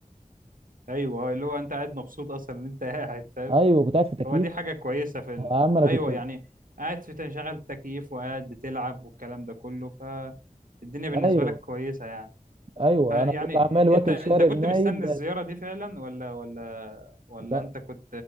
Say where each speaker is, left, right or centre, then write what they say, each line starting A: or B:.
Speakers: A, on the right (about 75°); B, on the right (about 45°).
A: ايوه آه، اللي هو انت قاعد مبسوط اصلا ان انت قاعد فاهم
B: ايوه كنت قاعد في تكييف
A: هو دي حاجه كويسه في ال...
B: يا عم انا
A: ايوه
B: كنت
A: يعني قاعد في تشغيل تكييف وقاعد بتلعب والكلام ده كله فالدنيا بالنسبه
B: ايوه
A: لك كويسه يعني
B: ايوه
A: فيعني
B: انا كنت عمال واكل
A: انت انت
B: شارب
A: كنت
B: نايم
A: مستني
B: بس
A: الزياره دي فعلا ولا ولا ولا
B: ده
A: انت كنت